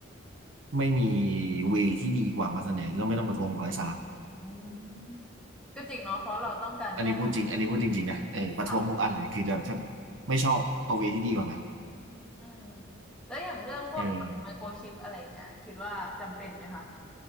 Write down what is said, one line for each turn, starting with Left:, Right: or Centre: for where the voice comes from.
Right: ไม่มีเวที่ดีกว่ามาเสนอก็ไม่ต้องประท้วงอะไรสาระ
Centre: อืมก็จริงเนาะเพราะเราต้องการแก้ปัญ
Right: อันนี้พูดจริงอันนี้พูดจริงๆนะเออประท้วงทุกอันเลยคือจะถ้า
Centre: หา
Right: ไม่ชอบเอาเวที่ดีกว่ามา
Centre: อืมแล้วอย่างเรื่องพวกไมโครชิปอะไรเงี้ยคิดว่าจำเป็นไหมคะ
Right: เออ